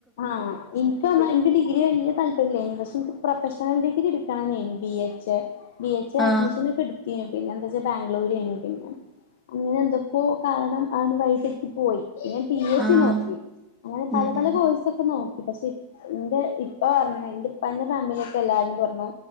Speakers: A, on the left; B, in the centre.
A: ആഹ് ഇൻക്ക് പറഞ്ഞ ൻ്റെ ഡിഗ്രി കഴിഞ്ഞ് താ പല്ലേനി പക്ഷെ എനിക്ക് പ്രൊഫഷണൽ ഡിഗ്രി എടുക്കണെന്നേനി ബി എച്ച് ബി എച്ച് നെ
B: ആഹ്
A: അഡ്മിഷൻ ഒക്കെ എടുത്തിനി പിന്നെ എന്താ വെച്ചാ ബാംഗ്ലൂരേന പിന്നെ അങ്ങനെ എന്തൊക്ക കാരണം ആ വഴി തെറ്റി പോയി ഞൻ പി എസ്
B: ആഹ്
A: സി നോക്കി അങ്ങനെ പല
B: ഉം
A: പല
B: ഉം
A: കോഴ്സ് നോക്കി പക്ഷെ ന്റെ ഇപ്പ പറഞ്ഞ എ ഇപ്പാന്റ ഫാമിലിത്തെ എല്ലാരും പറഞ്ഞു